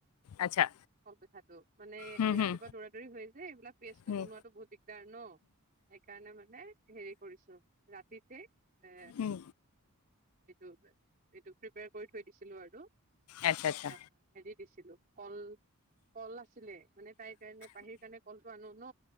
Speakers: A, on the left; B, on the right.
A: আচ্ছা
B: কলপিঠাটো। মানে
A: হুম
B: এই
A: হুম
B: ৰাতিপুৱা দৌৰা-দৌৰি হয় যে, এইবিলাক পেষ্টটো
A: হুম
B: বনোৱাতো বহুত দিগদাৰ ন? সেইকাৰণে মানে হেৰি কৰিছো। ৰাতিতে এ,
A: হুম
B: সেইটো। এইটো প্ৰিপেয়াৰ কৰি থৈ দিছিলো আৰু।
A: আচ্ছা আচ্ছা
B: আ হেৰি দিছিলোঁ কল, কল আছিলে। মানে তাইৰ কাৰণে, পাহিৰ কাৰণে কল ন,